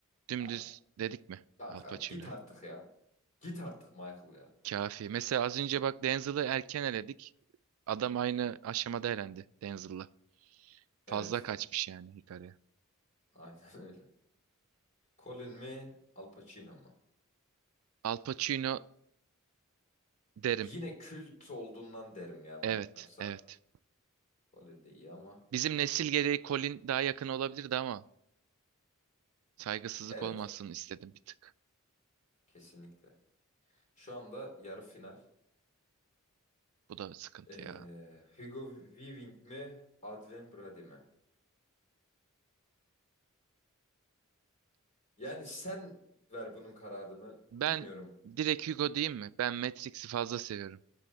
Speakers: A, on the right; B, on the left.
A: Dümdüz
B: Ya
A: dedik mi?
B: kanka
A: Al Pacino'yu.
B: git artık ya. Git artık Michael ya.
A: Kafi. Mesela az önce bak Denzel'ı erken eledik. Adam aynı aşamada elendi Denzel'la. Fazla
B: Evet.
A: kaçmış yani Hikaru'ya.
B: <laughs> Aynen öyle. Colin mi? Al Pacino mu?
A: Al Pacino derim.
B: Yine kült olduğundan derim ya
A: Evet,
B: ben. Yoksa
A: evet.
B: Colin de iyi ama.
A: Bizim nesil gereği Colin daha yakın olabilirdi ama saygısızlık
B: Evet.
A: olmasın istedim bir tık.
B: Kesinlikle. Şu anda yarı final.
A: Bu da sıkıntı
B: Ee,
A: ya.
B: Hugo Weaving mi? Adrien Brody mi? Yani sen ver bunun kararını.
A: Ben
B: Bilmiyorum.
A: direkt Hugo diyeyim mi? Ben Matrix'i fazla seviyorum.